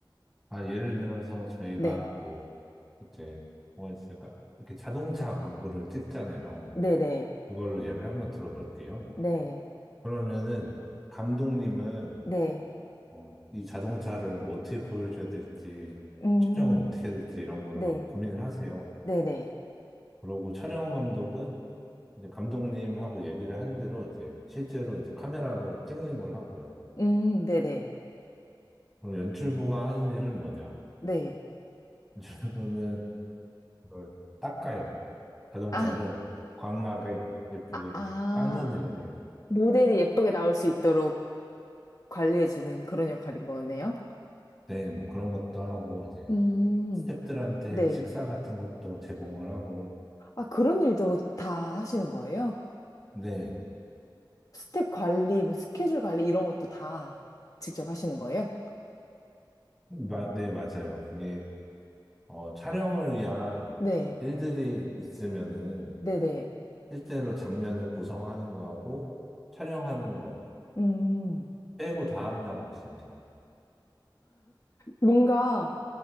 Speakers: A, in the centre; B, on the left.
A: 아, 예를 들어서 저희가
B: 네.
A: 뭐, 이제 뭐가 있을까? 이렇게 자동차 광고를 찍잖아요.
B: 네네.
A: 그걸로 예를 한번 들어볼게요.
B: 네.
A: 그러면은 감독님은
B: 네.
A: 어, 이 자동차를 어떻게 보여줘야 될지
B: 음,
A: 촬영은 어떻게 해야 될지 이런 거를
B: 네.
A: 막 고민을 하세요.
B: 네네.
A: 그러고 촬영 감독은 이제 감독님하고 얘기를 한 대로 이제 실제로 이제 카메라로 찍는 걸 하고요.
B: 음, 네네.
A: 그럼 연출부가 하는 일은 뭐냐?
B: 네.
A: 연출부는 그걸 닦아요. 자동차를
B: 아,
A: 광나게 예쁘게
B: 아, 아.
A: 닦는 일을 해요.
B: 모델이 예쁘게 나올 수 있도록 관리해주는 그런 역할인 거네요.
A: 네, 뭐 그런 것도 하고 이제
B: 음,
A: 스태프들한테
B: 네.
A: 식사 같은 것도 제공을 하고,
B: 아, 그런 일도 다 하시는 거예요?
A: 네,
B: 스텝 관리, 뭐 스케줄 관리 이런 것도 다 직접 하시는 거예요?
A: 마- 네, 맞아요. 그게, 어, 촬영을 위한
B: 네,
A: 일들이 있으면은,
B: 네네.
A: 실제로 장면을 구성하는 거하고, 촬영하는 거
B: 음,
A: 빼고 다 한다고 보시면 돼요.
B: 뭔가